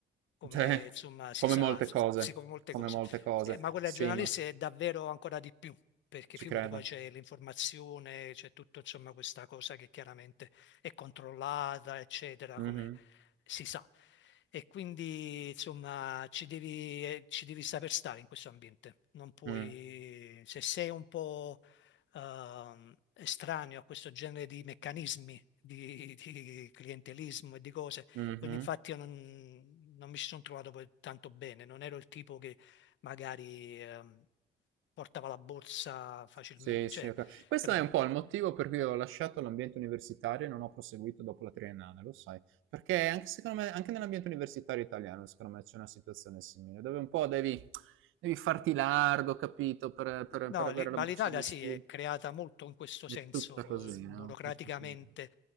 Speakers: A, on the left (about 70°); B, on the right (about 85°).
A: come
B: Cioè,
A: insomma si
B: come
A: sa,
B: molte
A: insomma,
B: cose,
A: sì, come molte
B: come
A: cose.
B: molte cose.
A: Eh, ma quella
B: Sì,
A: dei giornalisti
B: ma
A: è davvero ancora di più, perché
B: ci
A: figurati,
B: credo.
A: poi c'è l'informazione, c'è tutto insomma questa cosa che chiaramente è controllata, eccetera,
B: Mhm,
A: come si sa. E quindi insomma ci devi, eh, ci devi saper stare in questo ambiente. Non puoi,
B: mm,
A: se sei un po' ehm, estraneo a questo genere di meccanismi di, di clientelismo e di cose,
B: mhm.
A: quindi infatti io non, non mi ci sono trovato poi tanto bene, non ero il tipo che magari ehm, portava la borsa facilmente,
B: Sì,
A: cioè,
B: sì, ok. Questo
A: capito?
B: è un po' il motivo per cui ho lasciato l'ambiente universitario e non ho proseguito dopo la triennale, lo sai. Perché anche, secondo me, anche nell'ambiente universitario italiano, secondo me, c'è una situazione simile, dove un po' devi, devi farti largo, capito, per, per-
A: No,
B: per avere
A: lì- ma
B: la buccia
A: l'Italia
B: di
A: sì,
B: studio.
A: è creata molto in questo
B: È
A: senso,
B: tutta così,
A: eh, burocraticamente,
B: no? Tutta così.